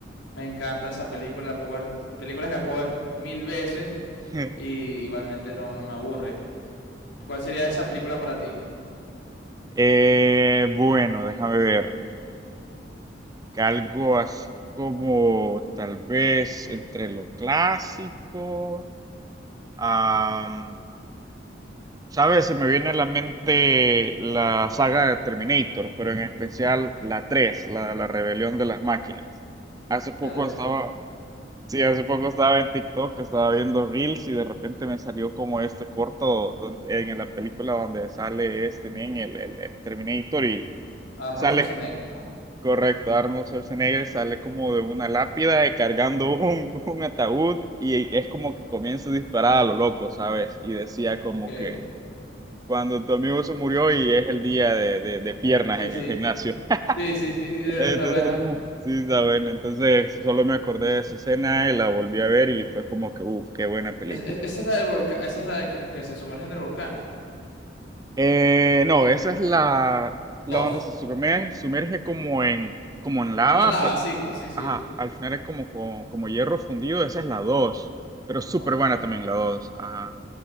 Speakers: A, on the left; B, on the right.
A: me encanta esa película, la puedo ver- películas que la puedo ver mil veces
B: <laughs>
A: y igualmente no, no me aburre. ¿Cuál sería esa película para ti?
B: Eh, bueno, déjame ver. Algo así como tal vez entre lo clásico. Am, ¿sabes? Se me viene a la mente la saga de Terminator, pero en especial la 3 la, la rebelión de las máquinas. Hace poco
A: La rebelión
B: estaba,
A: de
B: sí, hace poco estaba en TikTok, estaba viendo Reels y de repente me salió como este corto donde- en la película donde sale este men, el, el, el Terminator y
A: Arnold
B: sale,
A: Schwarzenegger, ¿ah?
B: correcto, Arnold Schwarzenegger sale como de una lápida y cargando un, un ataúd y es como que comienza a disparar a lo loco, ¿sabes? Y decía como
A: Ok.
B: que... Cuando tu amigo se murió y es el día de, de- de piernas
A: Sí,
B: en
A: sí.
B: el gimnasio. <laughs>
A: Sí, sí, sí, está
B: Está
A: buena.
B: Entonces, bueno. sí, está bueno. Entonces, solo me acordé de esa escena y la volví a ver y fue como que, uff, qué buena película.
A: Es- es- esa es la del volcán, esa es la de como que se sumerge en el volcán.
B: Eh, no, esa es la,
A: Dos.
B: la donde se sumerge, sumerge como en, como en lava,
A: Una lava,
B: pero
A: sí, sí, sí.
B: ajá, al final es como, como, como hierro fundido. Esa es la dos pero súper
A: Ok.
B: buena también la 2. Ajá.